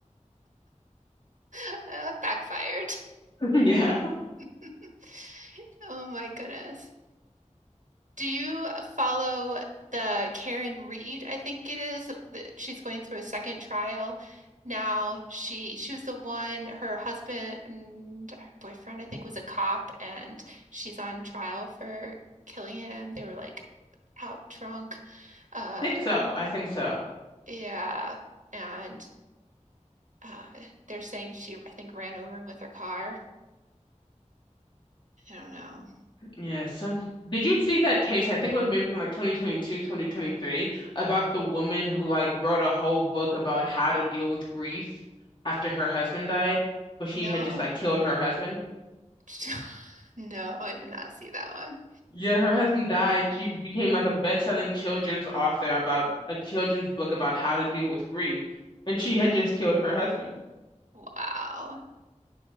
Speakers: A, on the right (about 80°); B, on the left (about 40°).
A: <laughs> That backfired.
B: <laughs> Yeah,
A: <laughs> Oh my goodness. Do you follow the Karen Reed, I think it is, that she's going through a second trial now. She she was the one, her husband and her boyfriend, I think, was a cop and she's on trial for killing him. They were like out drunk. Um,
B: I think so. I think so.
A: Yeah. And uh they're saying she I think ran over him with her car. I don't know.
B: Yeah, some did you see that case? I think it was maybe from like 2022, 2023, about the woman who like wrote a whole book about how to deal with grief after her husband died, but she
A: No.
B: had just like killed her husband.
A: <laughs> No, I did not see that one.
B: Yeah, her husband died. She became like a best-selling children's author about a children's book about how to deal with grief, and she had just killed her husband.
A: Wow.